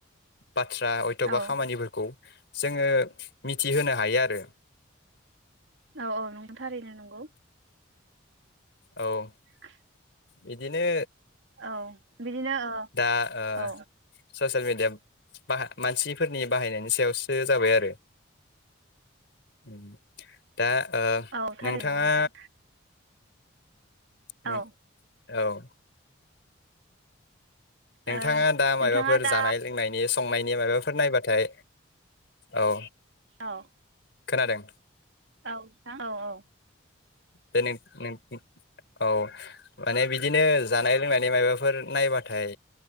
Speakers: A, on the left; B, on the right.
A: बाथ्रा अयथबा
B: औ
A: खामानिफोरखौ जोङो मिथिहोनो हायो आरो
B: औ औ नंगौ थारैनो नंगौ
A: औ
B: <unintelligible>
A: ए बिदिनो
B: औ बिदिनो ओ
A: दा ओ
B: औ
A: ससेयेल मिडिया बाह मानसिफोरनि बाहायनायनि सायावसो जाबाय आरो उम दा ओ
B: औ थारैनो
A: नोंथाङा
B: नंगौ नोंथां
A: नों
B: औ
A: औ नोंथाङा
B: ओ
A: दा
B: नोंथाङा
A: मायाबाफोर
B: दा
A: जानाय लोंनायनि स संनायनि माबाफोर नायबाथाय औ
B: अ
A: खोनादों
B: औ नो थ औ औ
A: बे नो नोंनि औ माने बिदिनो जानाय लोंनायनि माबाफोर नायबाथाय